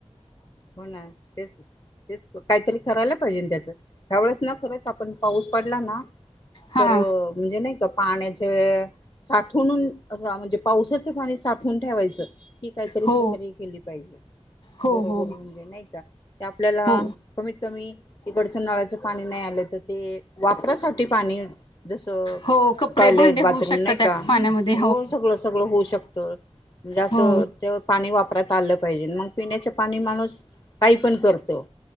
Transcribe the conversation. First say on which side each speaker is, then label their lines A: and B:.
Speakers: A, on the left (about 35°); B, on the left (about 50°).
A: हो ना तेच तेच काहीतरी करायला पाहिजे त्याच त्यावेळस ना खरच पण पाऊस पडला ना
B: हा
A: तर म्हणजे नाही का पाण्याचे साठवणून म्हणजे पावसाच पाणी साठ ठेवायच ही काहीतरी
B: हो
A: प्रक्रिया केली पाहिजे
B: हो
A: बरोबर.
B: हो
A: नाही का आपल्याला
B: हो
A: कमीत कमी इकडचं नळाचं पाणी नाही आलं तर ते वापरासाठी पाणी जसं
B: हो कपडे
A: टॉयलेट
B: भांडे
A: बाथरूम
B: होऊ शकतात
A: नाही
B: त्या
A: का
B: पाण्यामध्ये
A: हो सगळं सगळं होऊ शकत. म्हणजे असं
B: हो
A: ते पाणी वापरात आलं पाहिजे मग पिण्याच पाणी माणूस काही पण करतो.